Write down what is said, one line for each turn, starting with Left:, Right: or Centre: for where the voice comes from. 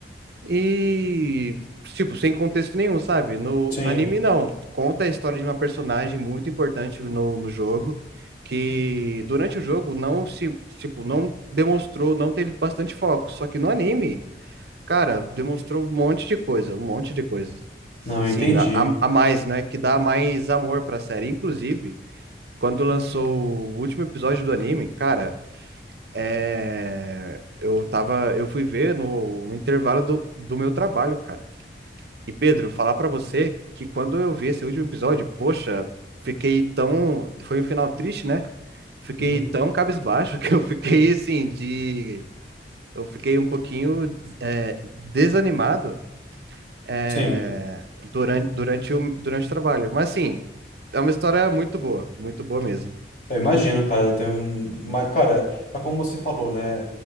Right: E, tipo, sem contexto nenhum, sabe? No,
Left: Sim.
Right: no anime, não. Conta a história de uma personagem muito importante no, no jogo, que durante o jogo não se, tipo, não demonstrou, não teve bastante foco. Só que no anime, cara, demonstrou um monte de coisa, um monte de coisa.
Left: Não,
Right: Sim,
Left: eu entendi.
Right: a, a a mais, né? Que dá mais amor pra série. Inclusive, quando lançou o último episódio do anime, cara, é... eu tava, eu fui ver no intervalo do, do meu trabalho, cara. E Pedro, falar pra você que quando eu vi esse último episódio, poxa, fiquei tão. Foi um final triste, né? Fiquei
Left: Uhum.
Right: tão cabisbaixo <laughs> que eu fiquei assim, de. Eu fiquei um pouquinho é, desanimado é,
Left: Sim,
Right: durante, durante, o, durante o trabalho. Mas, assim, é uma história muito boa, muito boa mesmo.
Left: eu imagino, cara. Tem um... ima- Cara, é como você falou, né?